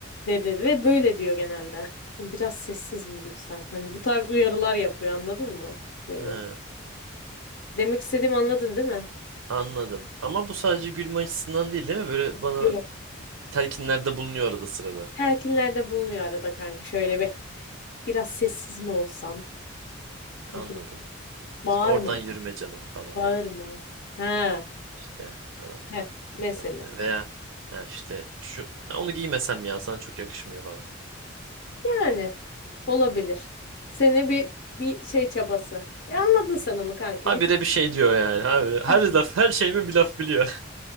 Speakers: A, on the left (about 55°); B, on the right (about 80°).
A: Dedi ve böyle diyor genelde. Hani Biraz sessiz mi Gülsen? Hani bu tarz uyarılar yapıyor anladın mı? Böyle.
B: He,
A: Demek istediğimi anladın değil mi?
B: anladım. Ama bu sadece gülme açısından değil değil mi? Böyle bana
A: Yok.
B: telkinlerde bulunuyor arada sırada.
A: Telkinlerde bulunuyor arada kanka şöyle bir. Biraz sessiz mi olsam? Hadi.
B: Anladım.
A: Bağırma.
B: İşte Oradan yürüme canım falan.
A: Bağırma. Ha.
B: İşte falan.
A: Heh. Mesela.
B: Bilmem ne. Veya ha işte şu "Ha, onu giymesem ya sana çok yakışmıyor falan.
A: Yani. Olabilir. Seni bir bir şey çabası. Ya anladın sen onu kanki.
B: Habire
A: Bir
B: bir şey diyor yani. Habire, her
A: tık.
B: laf her şeyime bir laf biliyor.